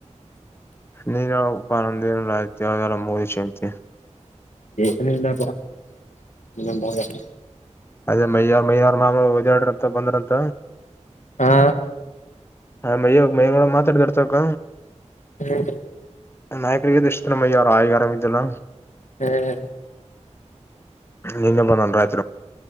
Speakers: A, on the left; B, on the left.
A: ನೀ ನ ಪಂದಿನಲ್ಲ ಹಂಗ ಅಂದ್ರ ಚೇಂತ.
B: ಏನಿಲ್ಲಾ. <inaudible>
A: ಅದೇ ಮೈಯಾರ್ ಮೈಯಾರ ಮಾಮ ಒದಡಂತ ಬಂದ್ರಂತ.
B: ಹಾ.
A: ಹ ಮೈಯ ಮೈಯಡ ಮಾತಾಡ್ತಾರ್ತಕ್ಕ.
B: ಹ್ಮ.
A: ನಾಯಕರಿಗೆಗ ಇಷ್ಟತನಮ್ಮ ಯಾರ ಆಗಾರಾಮ ಇದ್ದಲ್ಲ.
B: ಏಯ್.
A: ನಿನ್ನೆ ಬಂದ ಒಂದ ಆಯ್ತ.